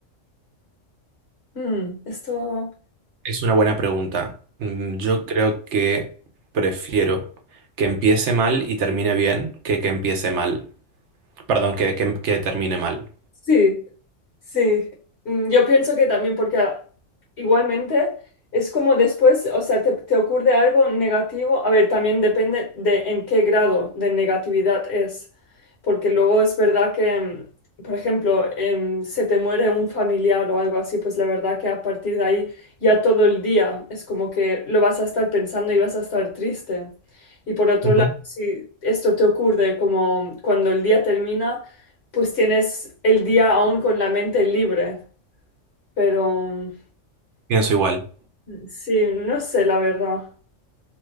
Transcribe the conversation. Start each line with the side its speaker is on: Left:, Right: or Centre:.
Left: Mm, esto
Right: Es una buena pregunta. Mm, Yo creo que prefiero que empiece mal y termine bien que que empiece mal. Perdón, que, que, que termine mal.
Left: Sí, sí. Mm, Yo pienso que también porque ah, igualmente es como después, o sea, te, te ocurre algo negativo. A ver, también depende de en qué grado de negatividad es, porque luego es verdad que, mm, por ejemplo, em, se te muere un familiar o algo así, pues la verdad que a partir de ahí ya todo el día es como que lo vas a estar pensando y vas a estar triste. Y por otro
Right: Ujú.
Left: lado, si esto te ocurre como cuando el día termina pues tienes el día aún con la mente libre, pero mm,
Right: Pienso igual.
Left: sí, no sé, la verdad.